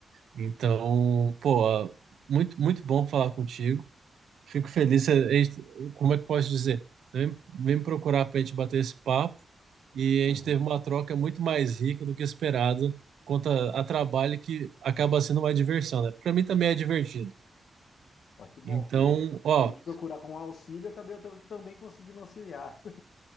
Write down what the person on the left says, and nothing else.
Uhum.
Ah, que bom,
porque
eu vim te procurar com auxílio, acabei eu tam- também conseguindo auxiliar.